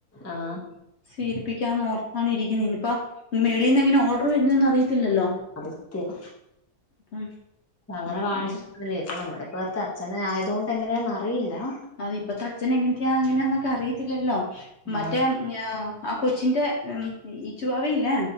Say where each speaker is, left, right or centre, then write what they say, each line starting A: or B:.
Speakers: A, on the left; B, on the left.
A: ആഹ്
B: സ്വീരിപ്പിക്കാന്ന് ഓർത്താണ് ഇരിക്കുന്നെ ഇഞ്ഞ് ഇപ്പം മേളിന്ന് എങ്ങനെ ഓഡെർ വെരുന്നെന്ന് അറിയത്തില്ലല്ലോ
A: അത് സത്യം
B: അപ്പം
A: അങ്ങനെ
B: ന്നാ
A: കാണിച്ചി
B: പിന്നെ
A: അത് അല്ലെയ് ഇപ്പ നമ്മുടെ ഇപ്പോഴത്തെ അച്ഛൻ ആയതോണ്ട് എങ്ങനെന്ന് അറിയില്ലാ.
B: അത് ഇപ്പത്തെ അച്ഛൻ എങ്ങൻത്തെയാ അങ്ങനെയാന്നൊക്കെ അറിയത്തില്ലല്ലോ മറ്റേ
A: ആഹ്
B: ഞാ ആ കൊച്ചിന്റെ ഉം ഇച്ചു വാവിയില്ലെ